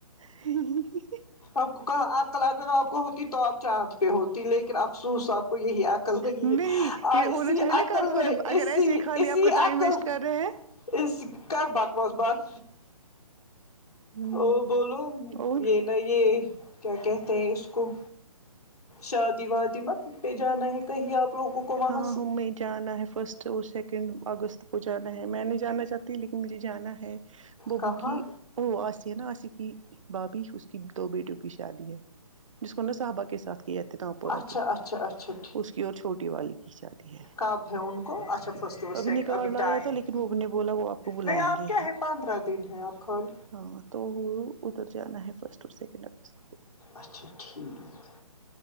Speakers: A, on the right; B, on the left.
A: پھر
B: آپ کو کہاں آپ طلاق کہاں آپ کو ہوئی نہیں تو آپ چاند پہ ہوتی لیکن افسوس آپ کو یہی عقل لگی
A: نہیں
B: ہے
A: یہ ہونا
B: اسی
A: چاہیے نا
B: عقل
A: کار فارم
B: نے
A: اگر
B: اسی
A: ایسے ہی خالی
B: اسی
A: آپ کا
B: عقل
A: ٹائم ویسٹ کر رہے
B: اسی کر بکواس بند
A: ہیں
B: اور بولو
A: اور
B: یہ نہ یہ کیا کہتے ہیں اس کو شادی وادی مت پہ جانا ہے کہیں آپ لوگوں کو وہاں
A: ہاں
B: سے
A: ہمیں جانا ہے فرسٹ تو سیکنڈ اگست کو جانا ہے میں نہیں جانا چاہتی لیکن مجھے جانا ہے ببو
B: کہاں
A: کی او آسی ہے نا آسی کی بھابھی اس کی دو بیٹوں کی شادی ہے جس کو نے صحبہ کے ساتھ کیا تھے تامپورہ
B: اچھا
A: کے
B: اچھا اچھا
A: اس کی اور چھوٹی والی کی شادی ہے
B: اب بھیون کو اچھا فرسٹ ا سے
A: نکاح
B: ابھی
A: لایا
B: ٹائم
A: تھا لیکن
B: ہے
A: وہ نے بولا وہ آپ کو بلائیں
B: نہیں آپ
A: گے
B: کیا ہے پندرہ دن ہیں آپ خالی
A: ہاں تو وہ ادھر جانا ہے فرسٹ اور سیکنڈ آگست کو
B: اچھا ٹھیک